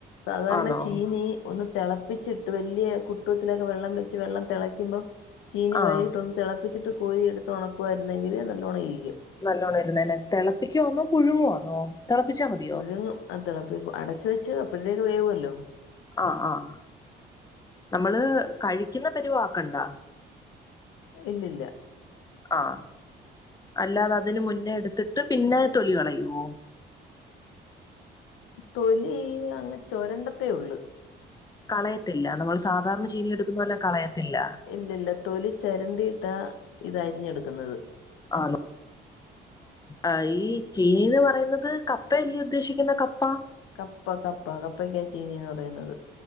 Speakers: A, on the left (about 85°); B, on the left (about 20°).
A: സാധാരണ
B: ആന്നോ
A: ചീനി ഒന്ന് തിളപ്പിച്ചിട്ട് വല്ല്യ കുട്ടത്തിലൊക്കെ വെള്ളം വെച്ച് വെള്ളം തിളയ്ക്കുമ്പോം ചീനി
B: ആഹ്
A: വരിയിട്ട് ഒന്ന് തിളപ്പിച്ചിട്ട് കോരി എടുത്ത് ഉണക്കുവായിരുന്നെങ്കില് നല്ലോണ്ണം ഇരിക്കും.
B: നല്ലോണ്ണം ഇരുന്നേനെ തെളപ്പിക്കുവാന്നോ പുഴുങ്ങുവാന്നോ? തെളപ്പിച്ചാ മതി.
A: പുഴുങ്ങും അത് തിളപ്പ അടച്ച വെച്ച് അപ്പോത്തേക്ക് വേവുഅല്ലോ.
B: ആഹ് ആഹ് നമ്മള് കഴിക്കുന്ന പരിവാക്കണ്ടാ.
A: ഇല്ലില്ല.
B: ആഹ് അല്ലാതെ അതിന് മുന്നേ എടുത്തിട്ട് പിന്നെ തൊലികളയുവോ?
A: തൊലി അങ് ചൊരണ്ടത്തേ ഉള്ളു.
B: കളയത്തില്ല നമ്മൾ സാധാരണ ചീനി എടുക്കുന്ന പോലെ കളയത്തില്ല.
A: ഇല്ലല്ല തൊലി ചരണ്ടിയിട്ടാ ഇതരിഞ്ഞടുക്കുന്നത്.
B: ആണോ? ആഹ് ഈ ചീനീന്ന് പറയുന്നത് കപ്പയല്ലേ ഉദ്ദേശിക്കുന്ന കപ്പ?
A: കപ്പ കപ്പ കപ്പക്കാ ചീനീന്ന് പറയുന്നത്.